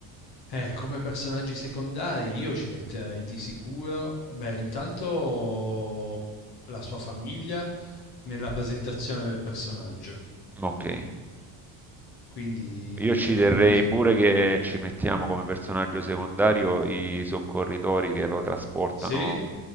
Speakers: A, on the left; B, in the centre.
A: Eh, come personaggi secondari io ci metterei di sicuro, beh, intanto la sua famiglia nella presentazione del personaggio.
B: Ok.
A: Quindi
B: Io ci
A: cerchiamo
B: terrei
A: di...
B: pure che ci mettiamo come personaggio secondario i soccorritori che lo trasportano
A: Sì?